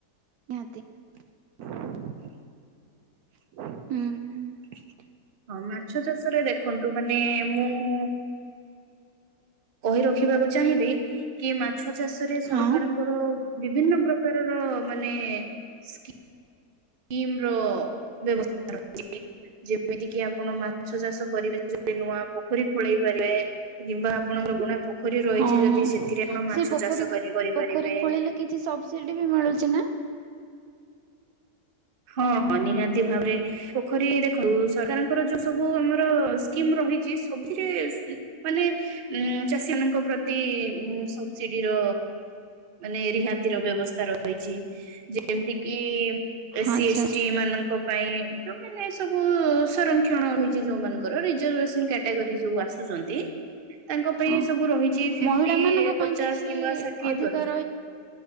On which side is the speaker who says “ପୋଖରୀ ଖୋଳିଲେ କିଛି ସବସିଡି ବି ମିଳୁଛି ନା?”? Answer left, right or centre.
Right